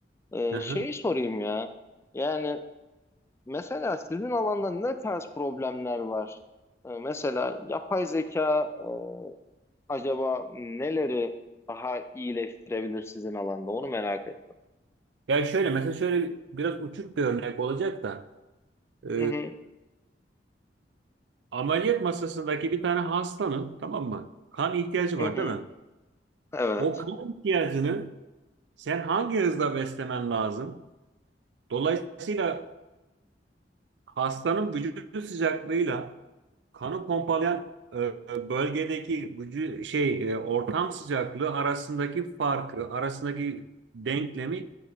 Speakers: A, on the left; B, on the right.
A: E,
B: Hı hı.
A: şeyi sorayım ya. Yani Mesela sizin alanda ne tarz problemler var? Ee, mesela yapay zeka e, acaba neleri daha iyileştirebilir sizin alanda? Onu merak ettim.
B: Ya şöyle mesela şöyle biraz uçuk bir örnek olacak da e,
A: Hı hı,
B: ameliyat masasındaki bir tane hastanın tamam mı? Kan ihtiyacı var
A: hı hı,
B: değil mi?
A: evet.
B: O kan ihtiyacını sen hangi hızla beslemen lazım? Dolayısıyla hastanın vücut sıcaklığıyla Kanı pompalayan e, bölgedeki vücu- şey e, ortam sıcaklığı arasındaki farkı, arasındaki denklemi